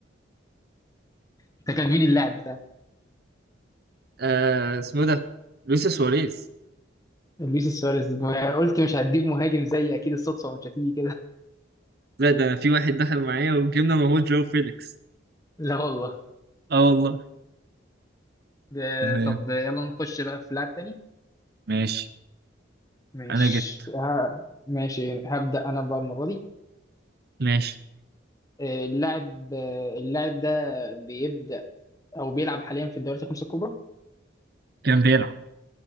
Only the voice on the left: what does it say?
انت كان مين اللاعب ده
لويس سواريز ما قلت مش هتجيب مهاجم زي اكيد الصدفه مش هتيجي كده
<laughs> لا والله
ده
طب يلا نخش بقى في لاعب تاني
ماشي
ها ماشي هبدأ أنا بقى المرة دي
آه، اللاعب آه، اللاعب ده بيبدأ او بيلعب حاليا في الدوريات الخمسه الكبرى